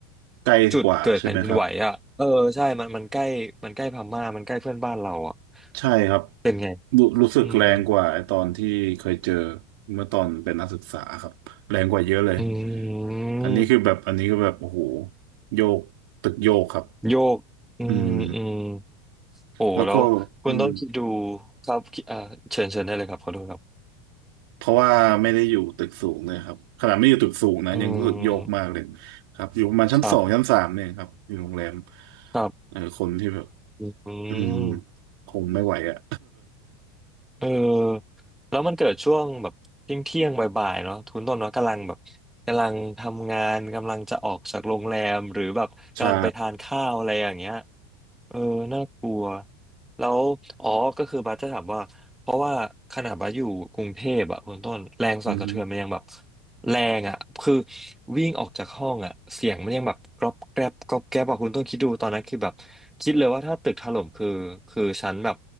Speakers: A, on the right (about 65°); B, in the centre.
A: ไกลกว่าใช่ไหมครับ
B: จุดเกิดแผ่นดินไหวอ่ะเออใช่มันมันใกล้มันใกล้พม่ามันใกล้เพื่อนบ้านเราอ่ะ
A: ใช่ครับ
B: เป็นไง
A: รู้รู้สึกแรงกว่าไอตอนที่เคยเจอ
B: อืม
A: เมื่อตอนเป็นนักศึกษาครับแรงกว่าเยอะเลย
B: อืม
A: อันนี้คือแบบอันนี้ก็แบบโอ้โหโยกตึกโยกครับ
B: โยกอืมอืม
A: อืม
B: โอ้แล้วคุณต้องคิดดู
A: แล้วก็อืม
B: ครับคิดอ่าเชิญเชิญได้เลยครับขอโทษครับ
A: เพราะว่าไม่ได้อยู่ตึกสูงเลยครับขนาดไม่อยู่ตึกสูงนะยังรู้สึกโยกมากเลย
B: อืม
A: ครับอยู่ประมาณชั้นสองชั้นสามเนี่ยครับอยู่โรงแรม
B: ครับครับ
A: เออคนที่แบบ
B: อืม
A: อืมคงไม่ไหวอ่ะ
B: เออแล้วมันเกิดช่วงแบบเที่ยงเที่ยงบ่ายๆเนาะทุนต้นเนาะกำลังแบบกำลังทำงานกำลังจะออกจากโรงแรมหรือแบบกำลังไปทานข้าวอะไรอย่างเงี้ย
A: <laughs> ใช่
B: เออ น่ากลัวแล้วอ๋อก็คือบัสจะถามว่า เพราะว่าขนาดบัสอยู่กรุงเทพอะคุณต้นแรงสั่นสะเทือนมันยังแบบ
A: อืม
B: แรงอะคือวิ่งออกจากห้องอะเสียงมันยังแบบกรอบแกรบกรอบแกรบอะคุณต้นคิดดูตอนนั้นคือแบบคิดเลยว่าถ้าตึกถล่มคือคือฉันแบบ